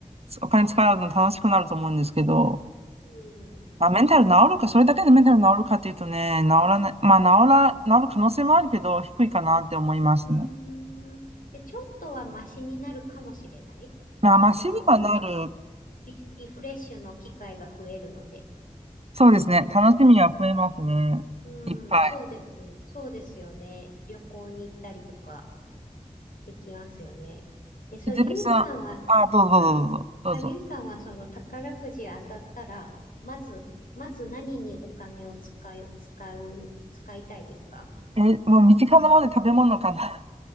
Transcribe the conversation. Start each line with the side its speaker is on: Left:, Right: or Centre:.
Right: お金使うの楽しくなると思うんですけど、
Left: うん、
Right: まあ、メンタル治るか、それだけでメンタル治るかっていうとね、治らない、まあ、治ら、治る可能性もあるけど、低いかなって思いますね。
Left: うーん。で、ちょっとはマシになるかもしれない
Right: まあ、マシにはなる。
Left: その、リ、リフレッシュの機会が増えるので。
Right: そうですね。楽しみは増えますね。
Left: うん、
Right: いっぱい。
Left: そうです。そうですよね。旅行に行ったりとか。できますよね。え、そう、
Right: しずるさん。
Left: ゆいさんは、
Right: あ、どうぞどうぞどうぞ。
Left: あ、あ、ゆいさんはその宝くじ当たったら、まず、まず何にお金を使い、使う、使いたいですか
Right: どうぞえ、もう身近なもので食べ物かな。